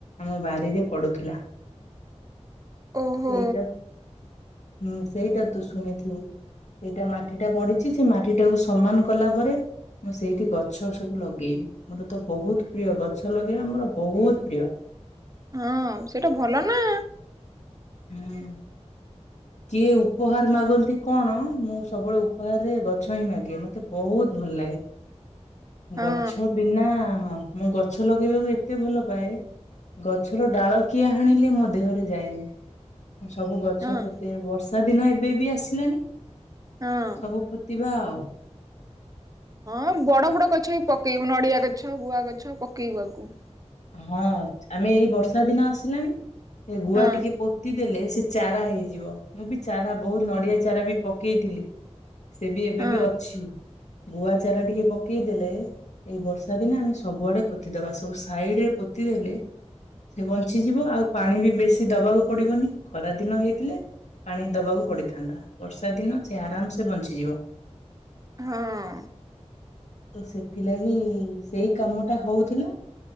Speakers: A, on the left (about 75°); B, on the right (about 30°).
A: ଆମ ବାଡ଼ିରେ ପଡୁଥିଲା।
B: ଓହୋ
A: ସେଇଟା ହୁଁ ସେଇଟା ତୁ ଶୁଣିଥିବୁ। ଏଇଟା ମାଟିଟା ପଡ଼ିଚି ସେ ମାଟିଟାକୁ ସମାନ କଲାପରେ ମୁଁ ସେଇଠି ଗଛ ସବୁ ଲଗେଇବି। ମୋର ତ ବହୁତ ପ୍ରିୟ ଗଛ ଲଗେଇବା ମୋର ବହୁତ ପ୍ରିୟ।
B: ହଁ ସେଟା ଭଲ ନା।
A: ହୁଁ କିଏ ଉପହାର ମାଗନ୍ତି କଣ ମୁଁ ସବୁବେଳେ ଉପହାରରେ ଗଛ ହିଁ ମାଗେ। ମତେ ବହୁତ ଭଲଲାଗେ।
B: ହଁ
A: ଗଛ ବିନା ହଁ ମୁଁ ଗଛ ଲଗେଇବାକୁ ଏତେ ଭଲ ପାଏ। ଗଛର ଡାଳ କିଏ ହାଣିଲେ ମୋ ଦେହରେ ଯାଏନି। ସବୁ ଗଛ
B: ହଁ
A: ପୋତେ ବର୍ଷା ଦିନ ଏବେ ବି ଆସିଲାଣିି।
B: ହଁ
A: ସବୁ ପୋତିବା ଆଉ।
B: ହଁ ବଡ଼ ବଡ଼ ଗଛ ବି ପକେଇବୁ। ନଡ଼ିଆ ଗଛ ଗୁଆ ଗଛ ପକେଇବୁ ଆଗକୁ।
A: ହଁ ଆମେ ଏଇ ବର୍ଷା ଦିନ ଆସିଲାଣି। ଏଇ ଗୁଆ
B: ହଁ
A: ଟିକେ ପୋତିଦେଲେ। ସେ ଚାରା ହେଇଯିବ। ମୁଁ ବି ଚାରା ବହୁତ ନଡ଼ିଆ ଚାରା ବି ପକେଇଥିଲି। ସେ ବି ଏବେ
B: ହଁ
A: ବି ଅଛି। ଗୁଆ ଚାରା ଟିକେ ପକେଇଦେଲେ ଏଇ ବର୍ଷା ଦିନେ ଆମେ ସବୁଆଡ଼େ ପୋତିଦବା ସବୁ ସା ସାଇଡ୍ ରେ ପୋତିଦେଲେ ସେ ବଞ୍ଚିଯିବ ଆଉ ପାଣି ବି ବେଶୀ ଦବାକୁ ପଡ଼ିବନି। ଖରାଦିନ ହେଇଥିଲେ ପାଣି ଦବାକୁ ପଡିଥାନ୍ତା। ବର୍ଷା ଦିନ ସେ ଆରାମ ସେ ବଞ୍ଚିଯିବ।
B: ହଁ
A: ତ ସେଥିଲାଗି ସେଇ କାମ ଟା ହଉଥିଲା।